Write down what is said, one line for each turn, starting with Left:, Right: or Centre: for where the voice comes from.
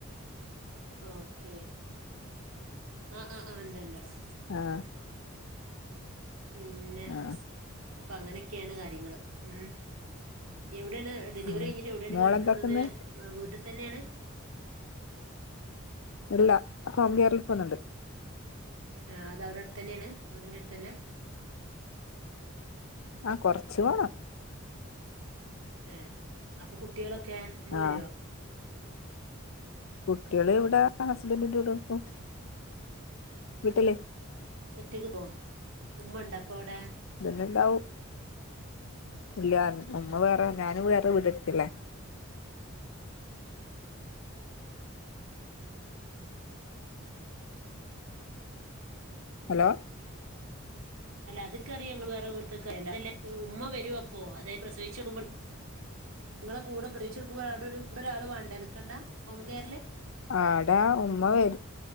Right: ഓക്കെ... ങാ.. ങാ.. ങാ.. ഉണ്ട്.. ഉണ്ട്ടാ...
Left: ആ
Right: പിന്നെ..
Left: ആ
Right: അപ്പൊ അങ്ങനൊക്കെയാണ് കാര്യങ്ങള്.. ഉം... എവിടാണ്...? ഡെലിവറി
Left: ഉം.
Right: കഴിഞ്ഞിട്ട് എവിടാണ്
Left: മോളെന്താക്കുന്നു
Right: കിടക്കുന്നത്... വ്വീട് തന്നെയണ്..?
Left: ഇല്ല.. ഹോംകെയറിൽ പോന്നുണ്ട്
Right: ങാ... അതവിടടുത്തന്നെയാണ്...? വീടിന്റെ അടുത്ത് തന്ന..?
Left: ങാ... കൊറച്ചു പോണം.
Right: ങേ... അപ്പൊ കുട്ടികളൊക്കെ..? അമ്മ
Left: ആ
Right: വരുവോ..?
Left: കുട്ടികള് ഇവിടാ.. ഹസ്ബന്റിന്റിവിടെ നിക്കും. വീട്ടില്...
Right: ഒറ്റക്ക്ക്കുവോ..? ഉമ്മ ഉണ്ട അപ്പവിടെ...?
Left: ണ്ടാവും. ഇല്ല.. ഉമ്മ വേറെ. ഞാനും വേറെ വീടെടുത്തില്ലേ... <inaudible> ഹലോ..
Right: അല്ല അത്ക്കറിയാം ഞങ്ങൾ വേറെ വീ <unintelligible> ഉമ്മ വരും അപ്പൊ അതായത് പ്രസവിച്ചുമ്പോ നിങ്ങളെ കൂടെ <unintelligible> ആടെ ഒരു ഒരാൾ വേണ്ടേ നിക്കണ്ടാ...? ഹോംകെയറില്...
Left: ആടാ ഉമ്മ വരും